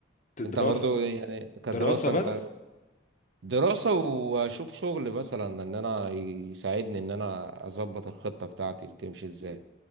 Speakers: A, on the left (about 40°); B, on the right (about 75°).
A: ت- دراسه
B: انت برضو يعني كدراسة
A: دراسه بس
B: انت دراسة واشوف شغل مثلا ان انا يساعدني ان انا اظبط الخطة بتاعتي دي تمشي ازاي